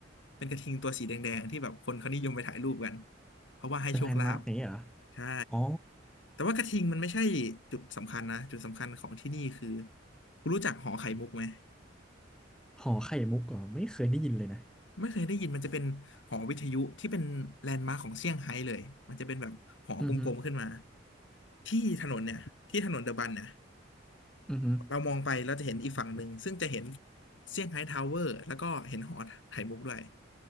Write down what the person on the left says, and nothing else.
เป็นกระทิงตัวสีแดงๆที่แบบคนเขานิยมไปถ่ายรูปกันเพราะว่าให้โชคลาภ
ใช่
แต่ว่ากระทิงมันไม่ใช่จุดสำคัญนะจุดสำคัญของที่นี่คือคุณรู้จักหอไข่มุกไหม
ไม่เคยได้ยินมันจะเป็นหอวิทยุที่เป็นแลนด์มาร์คของเซี่ยงไฮ้เลยมันจะเป็นแบบหอกลมๆขึ้นมา
ที่ถนนเนี่ยที่ถนนเดอะบันเนี่ย
เรามองไปเราจะเห็นอีกฝั่งหนึ่งซึ่งจะเห็นเซี่ยงไฮ้ทาวเวอร์แล้วก็เห็นหอไข่มุกด้วย